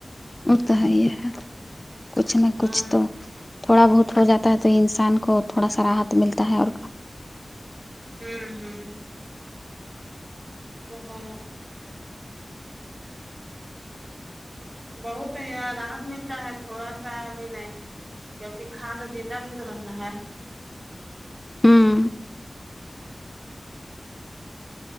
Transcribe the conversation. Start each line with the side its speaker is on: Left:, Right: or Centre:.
Left: تو ہے یہ ہے کچھ نہ
Right: ہاں
Left: کچھ تو تھوڑا بہت ہو جاتا ہے تو انسان کو تھوڑا سا راحت ملتا ہے اور
Right: ہوں ہوں اپہا <unintelligible> بہت راحت ملتا ہے تھوڑا سا بھی نہیں کیونکہ کھاکا زندہ بھی تو رہنا ہے
Left: ہوں